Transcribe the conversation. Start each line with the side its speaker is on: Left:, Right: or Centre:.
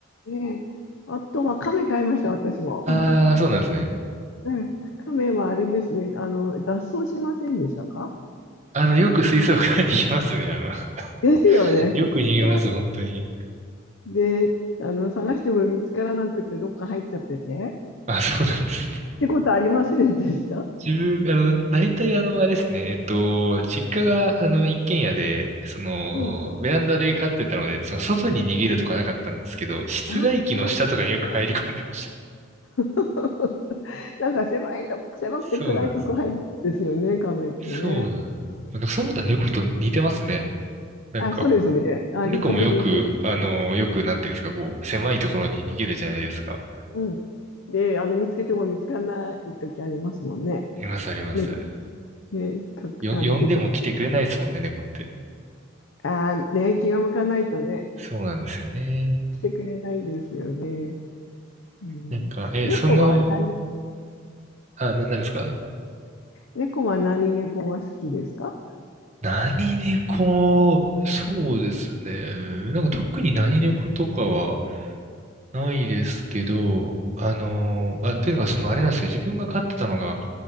Left: ね、あとは亀買いました、私も。
Right: ああ、
Left: <laughs>
Right: そうなんですね。
Left: うん。亀はあれですね。あの、脱走しませんでしたか
Right: あの、よく水槽から逃げますね。あの、
Left: ですよね。
Right: <laughs> よく逃げます、
Left: 逃げま
Right: 本当に。
Left: で、あの、探しても見つからなくて、どっか入っちゃってて。
Right: あ、そうなんですね。
Left: ってことありませんでした
Right: 自分、あの、大体あの、あれですね。えっと、実家が、あの、一軒家で、その、
Left: ねえ。
Right: ベランダで飼ってたので、その、外に逃げるとかなかったんですけど、室外機の下とかによく入り込んでました。
Left: ああ、<laughs> なんか狭いとこ、狭くて暗いとこ入るんですよね、
Right: そうなんです。
Left: 亀ってね。
Right: そうなんです。なんかそう思ったら猫と似てますね。なんか、
Left: あ、そうですね。あ、
Right: 子猫もよく、
Left: 似てる似てる。
Right: あの、よく、なんていうんですか、こう、狭いところに逃げるじゃないですか。
Left: うん。で、あの、見つけても見つからない時ありますもんね。
Right: あります、あります。
Left: 猫、ね、か、
Right: よ、
Left: あの、
Right: 呼んでも来てくれないですもんね、
Left: 出てこない。
Right: 猫って。
Left: ああ、ね、気が向かないとね、
Right: そうなんですよね。
Left: 来てくれないですよね。うん、
Right: なんか、え、
Left: 猫は何
Right: その、あ、な、なんですか
Left: 猫は何猫が好きですか
Right: 何猫、そうですね。なんか特に何猫とかはないですけど、あの、
Left: うん
Right: あ、というのがそのあれなんですよ。自分が飼ってたのが、